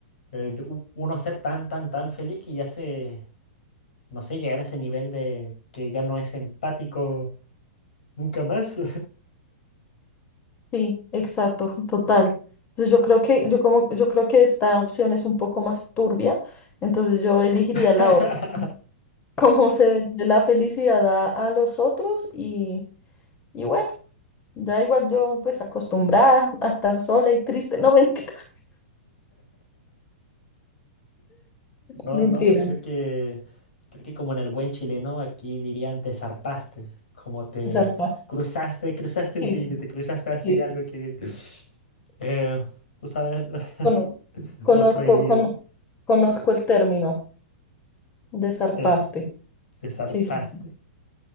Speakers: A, on the left; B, on the left.
A: eh, de u- uno ser tan, tan, tan feliz que ya se, no sé, llegar a ese nivel de que ya no es empático nunca más.
B: Sí, exacto, total. Entonces yo creo que, yo como, yo creo que esta opción es un poco más turbia, entonces yo elegiría
A: <laughs>
B: la otra. Cómo se de la felicidad a, a los otros y, y bueno. Ya igual yo, pues acostumbrada a estar sola y triste. No, mentira. <laughs>
A: No,
B: Mentira.
A: no, creo que, creo que como en el buen chileno aquí dirían te zarpaste, como te
B: Estar paz.
A: cruzaste, cruzaste un
B: Sí,
A: límite,
B: sí,
A: cruzaste así
B: sí.
A: algo
B: sí.
A: que, Eh, tú sabes <laughs>
B: Cono- Conozco,
A: lo prohibido.
B: cono- conozco el término, desarpaste.
A: Eso, te zarpaste.
B: Sí, sí, sí.